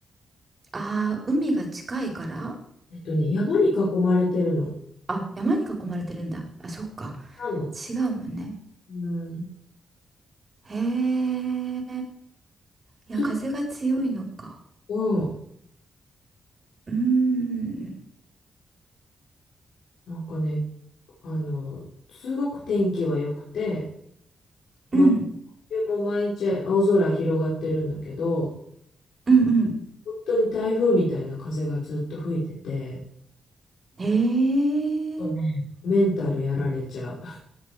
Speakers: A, on the right; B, on the left.
A: ああ、海が近いから
B: えっとね、山に囲まれてるの。
A: あ、山に囲まれてるんだ。あ、そっか。
B: なの。
A: 違うもんね。
B: うん。
A: へえ。いや、
B: ず
A: 風が強いのか。
B: うん。
A: うーん。
B: なんかね、あの、すごく天気は良くて、真
A: うん。
B: 冬も毎日青空広がってるんだけど、
A: うん
B: 本当に台風みたいな風がずっと吹いてて、
A: うん。へえ。
B: ちょっとね、メンタルやられちゃ